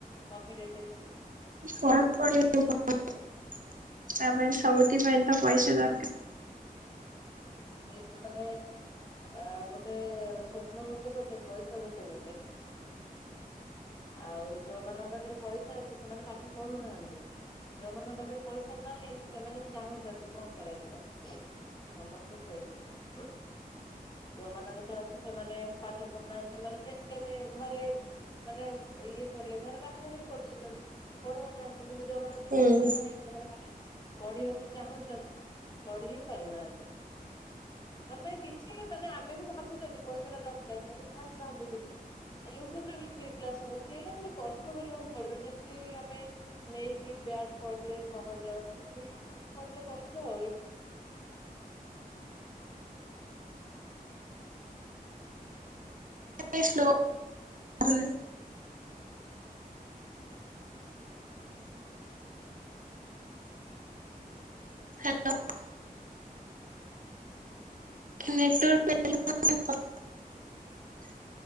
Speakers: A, on the left (about 30°); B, on the right (about 60°).
A: କମ୍ପିଟେଟିଭ।
B: ପଢା ପଢି ଆଉ କଣ ତା ପାଇଁ ସବୁତିି ପାଇଁ ତ ପଇସା ଦରକାର।
A: ହଁ ସେଇଟା ମାନେ। ଆ ଗୋଟେ ସୋପ୍ନ ଗୋଟେ ପଟେ ପଇସା ଗୋଟେ ପଟେ। ଆଉ ଯୋଉ ମାନଙ୍କ ପାଖରେ ପଇସା ଅଛି ସେମାନେ ପାଠ ପଢୁନାହାନ୍ତି। ଯୋଉମାନଙ୍କ ପାଖରେ ପଇସା ନାହିଁ ସେମାନେ ଚାହୁଁଛନ୍ତି କଣ କରାଯିବ। ସମସ୍ତେ ସେମ। ଯୋଉମାନଙ୍କର ତ ଅଛି ସେମାନେ ପାଠ ପଢୁନାହାନ୍ତି ମାନେ ଫେଚକାମି ଘରେ। ମାନେ ଇଏ କଲେ ଘରେ ବାହାଘର ହିଁ କରିଦଉଛନ୍ତି ପଢଉନାହାନ୍ତି। କିନ୍ତୁ ଯୋଉମାନଙ୍କ କତିରେ
B: ହୁଁ
A: ପଇସା ନାହିଁ ସେମାନେ ପାଠ ପଢିବାକୁ ଚାହୁଁଛନ୍ତି ପଢି ହିଁ ପାରୁନାହାନ୍ତି। ତମେ କିଛି ମାନେ ଆମେ ବି ଭାବୁଛନ୍ତି ପଇସା ଟା ଦରକାର ମୁଁ ବି ଫାଷ୍ଟ ଭାବୁଥିଲି। ୟୁଟୁବ ରେ ବି ଫ୍ରି କ୍ଲାସ ହହୁଛିଇ ଟିକେ କଷ୍ଟ କରିବାକୁ ପଡିବ ଯେମିତି ଆମେ। ନେଇକି ବ୍ୟାଚ୍ ପଢିଲେ ସହଜ କିନ୍ତୁ ୟୁଟ୍ୟୁବୁ ପଢିଲେ କଷ୍ଟ ଆଉ।
B: କାଇଁ ସ୍ଲୋ ଉଁ। ହାଲୋ। Net work <unintelligible>